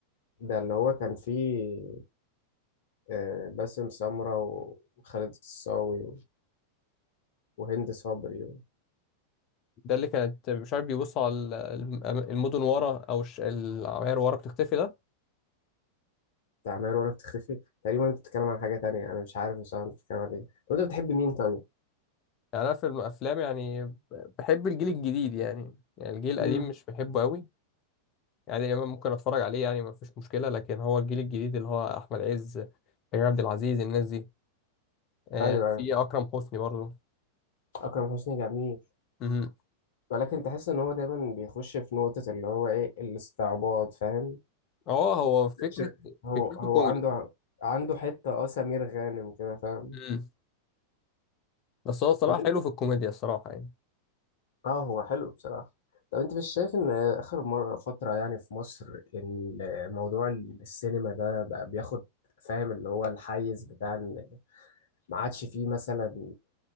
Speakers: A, on the left (about 55°); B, on the left (about 35°).
A: ده اللي هو كان فيه آه، باسم سمرة وخالد الصاوي و- وهند صبري
B: ده اللي كانت مش عارف بيبص على ال- الم- المدن ورا أو الش- العماير ورا بتختفي ده
A: وتعمير وأنا بتختفي تقريبا أنت بتتكلم عن حاجة تانية أنا مش عارف بصراحة أنت بتتكلم عن إيه طب أنت بتحب مين طيب؟
B: يعني أنا في الأفلام يعني ب- بحب الجيل الجديد يعني يعني الجيل القديم
A: امم
B: مش بحبه قوي يعني ممكن أتفرج عليه يعني مفيش مشكلة لكن هو الجيل الجديد اللي هو أحمد عز كريم عبد العزيز الناس دي آه
A: أيوه أيوه
B: في اكرم حسني برضه
A: أكرم حسني جميل
B: مهم.
A: ولكن تحس إن هو دايما بيخش في نقطة اللي هو إيه الاستعباط فاهم؟
B: اه هو فكره
A: ش- هو
B: فكرته
A: هو
B: كوميدي
A: عنده عنده حتة اه سمير غانم كده فاهم
B: مم. بس هو الصراحه
A: طب انت
B: حلو في الكوميديا الصراحه يعني
A: اه هو حلو بصراحة طب انت مش شايف ان اخر مرة فترة يعني في مصر ان موضوع السينما ده بقى بياخد فاهم اللي هو الحيز بتاع ان ما عادش فيه مثلا